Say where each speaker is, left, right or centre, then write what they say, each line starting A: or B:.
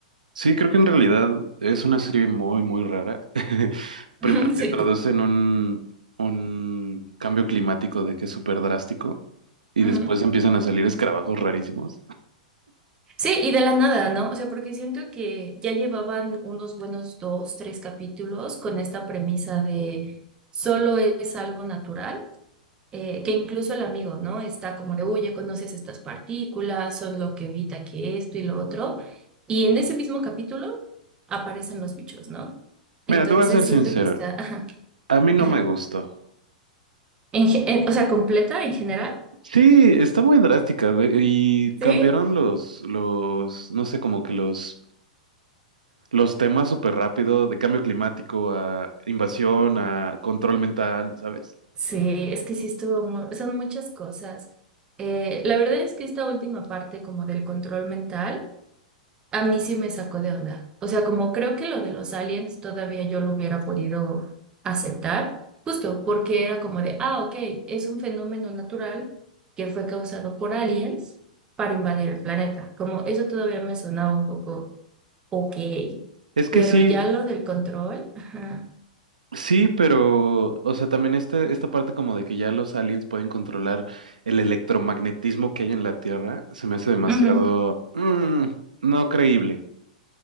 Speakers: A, on the right; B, on the right.
A: Sí, creo que en realidad es una serie muy, muy rara. <laughs>
B: <laughs>
A: Primero
B: Sí.
A: te introducen un, un cambio climático de que es súper drástico y
B: Ujú.
A: después empiezan a salir escarabajos rarísimos.
B: Sí, y de la nada, ¿no? O sea, porque siento que ya llevaban unos buenos dos, tres capítulos con esta premisa de solo es algo natural, eh, que incluso el amigo, ¿no? Está como de, oye, conoces estas partículas, son lo que evita que esto y lo otro. Y en ese mismo capítulo aparecen los bichos, ¿no? Entonces
A: Mira, te voy a ser
B: siento
A: sincero,
B: que está, <laughs> ajá,
A: a mí no
B: ajá.
A: me gustó.
B: En ge- en- o sea, completa en general.
A: Sí, está muy drástica ve- y cambiaron
B: ¿Sí?
A: los, los, no sé, como que los los temas súper rápido, de cambio climático a invasión, a control mental, ¿sabes?
B: Sí, es que sí estuvo, mu- son muchas cosas. Eh, la verdad es que esta última parte como del control mental, a mí sí me sacó de onda. O sea, como creo que lo de los aliens todavía yo lo hubiera podido aceptar, justo porque era como de, ah, ok, es un fenómeno natural que fue causado por aliens para invadir el planeta. Como eso todavía me sonaba un poco ok,
A: Es que
B: pero
A: sí,
B: ya lo del control, ajá.
A: sí, pero, o sea, también este, esta parte como de que ya los aliens pueden controlar el electromagnetismo que hay en la Tierra, se me hace demasiado...
B: Ujú.
A: mm, no creíble.